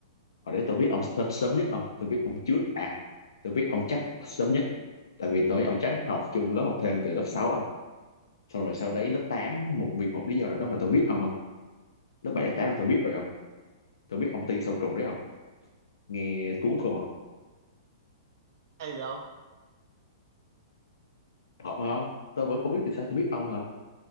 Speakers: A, on the left (about 75°); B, on the right (about 50°).
A: hồi đấy tôi biết ông sớm, sớm nhất ông tôi biết ông trước à tôi biết ông chắc sớm nhất tại vì tôi với ông chắc học chung lớp học thêm từ lớp sáu không? xong rồi sau đấy lớp tám một vì một lý do nào đó mà tôi biết ông không lớp 7 lớp 8 là tôi biết rồi không tôi biết ông ti sâu trùng đấy không nghe cuốn không không
B: Hay vậy không?
A: hợp không tôi vẫn không biết vì sao tôi biết ông không